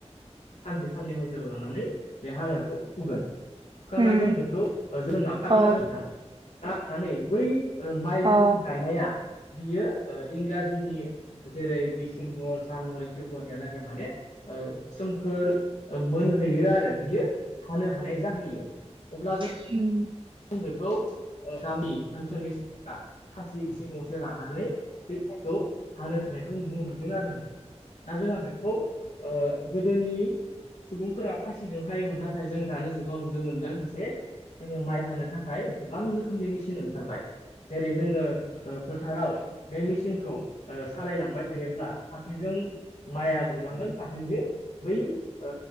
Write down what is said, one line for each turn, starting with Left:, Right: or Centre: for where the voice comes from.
Left: सानसे साननै हाजिरा लानानै बे हाग्राखौ फुगोन। फुखांनानै
Right: उम
Left: जों बेखौ ओ जोथोन लाबाय थागोन
Right: औ
Left: आरो नोंथां। दा <unintelligible> नै बै ओ माइ
Right: औ
Left: जों गायनाया, बियो इंराजिनि जेरै डिसेम्बर जानुवारि फेब्रुवारियालागै माने ओ सोमखोर मोनहैयो आरो बियो हानो हानाय जाहैयो। अब्ला जों
Right: <unintelligible>
Left: जों बेखौ ओ गामि ओनसोलनि <unintelligible> खासि गंसे गंसे लानानै बै माइखौ हानो थांनायखौ नुनो मोनदों आरो। दा जोंहा बेखौ ओ गोदोनि सुबुंफोरा खासिजों हायोमोन। नाथाय जों दानि जुगाव नुनो मोनदों जे जोङो माइ हानो थाखाय गोबां रोखोमनि मेसिन ओंखारबाय। जेरै जोङो ओ फोथाराव बे मेसिनखौ ओ सालायलांबाय थायोब्ला फारसेजों माइआ गलांगोन, फारसेथिं बै ओ